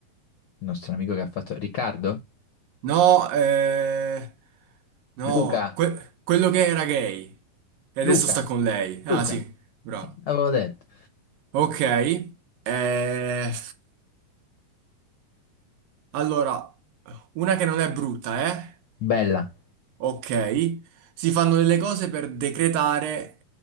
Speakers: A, on the left; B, on the right.
A: Il nostro amico che ha fatto... Riccardo?
B: No, eh, no,
A: Luca?
B: que- quello che era gay e
A: Luca?
B: adesso sta con lei. Ah
A: Luca?
B: sì, bravo.
A: Eh, avevo detto.
B: Ok. eh, allora, una che non è brutta, eh?
A: Bella.
B: Ok. Si fanno delle cose per decretare